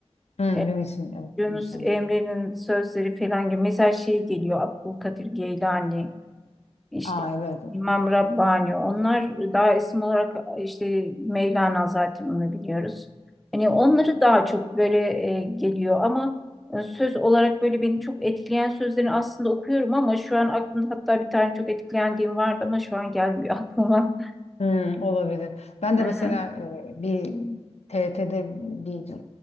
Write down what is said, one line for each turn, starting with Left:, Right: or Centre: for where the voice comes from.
Left: Hmm.
Centre: E,
Left: Yunus'un evet.
Centre: Yunus
Left: Yunus Emre.
Centre: Emre'nin sözleri falan gibi. Mesela şey geliyor Abdülkadir Geylani, işte
Left: Aa evet.
Centre: İmam Rabbani. Onlar daha isim olarak işte Mevlana zaten onu biliyoruz. Hani onları daha çok böyle e, geliyor ama e, söz olarak böyle beni çok etkileyen sözlerini aslında okuyorum ama şu an aklımda hatta bir tane çok etkilendiğim vardı ama şu an gelmiyor aklıma.
Left: Hmm, olabilir. Ben
Centre: <laughs> Hı
Left: de mesela
Centre: hı,
Left: e, bir TRT'de bir